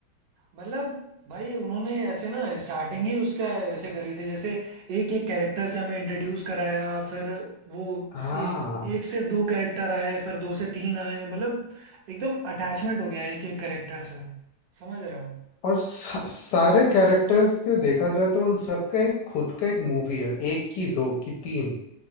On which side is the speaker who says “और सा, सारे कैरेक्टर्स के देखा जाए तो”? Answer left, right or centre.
Left